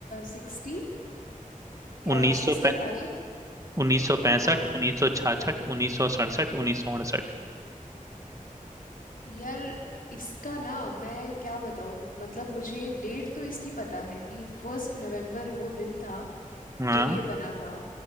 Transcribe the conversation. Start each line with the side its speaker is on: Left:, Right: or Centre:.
Left: सिक्सटी क्या
Right: उन्नीस
Left: सिक्सटी
Right: सौ
Left: फाइव
Right: उन्नीस सौ पैंसठ
Left: हाँ
Right: उन्नीस सौ छाछठ उन्नीस सौ सड़सठ उन्नीस सौ अड़सठ
Left: यार इसका ना मैं क्या बताऊँ मतलब मुझे डेट तो इसकी पता है कि फर्स्ट नवंबर वो दिन था
Right: हाँ
Left: जब ये बना था